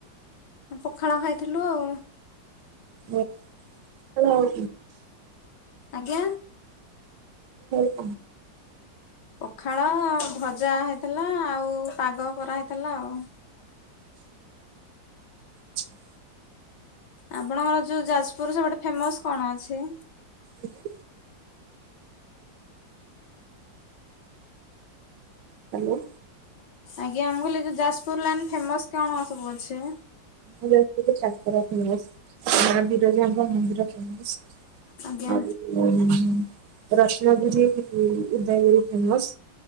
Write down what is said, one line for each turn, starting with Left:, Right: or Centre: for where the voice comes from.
Left: ପଖାଳ ଖାଇଥିଲୁ ଆଉ।
Right: <unintelligible> ପଖାଳ ଆଉ
Left: ଆଜ୍ଞା।
Right: କ
Left: ପଖାଳ ଭଜା ହେଇଥିଲା ଆଉ ପାଗ କରାହେଇଥିଲା ଆଉ।
Right: ଆଛା।
Left: ଆପଣଙ୍କର ଯୋଉ ଯାଜପୁର ସେପଟେ ଫେମସ କଣ ଅଛି।
Right: ଆଜ୍ଞା। ହ୍ୟାଲୋ।
Left: ଆଜ୍ଞା ଆମେ କହିଲୁ ଯାଜପୁର ଲାଇନ୍ ଫେମସ କଣ ସବୁ ଅଛି।
Right: ଆମ ଯାଜପୁରରେ କାକରା ଫେମସ ମା ବିରଜାଙ୍କ ମନ୍ଦିର ଫେମସ। <unintelligible>
Left: ଆଜ୍ଞା
Right: ରତ୍ନାଗିରି ଉଦୟଗିରି ଫେମସ।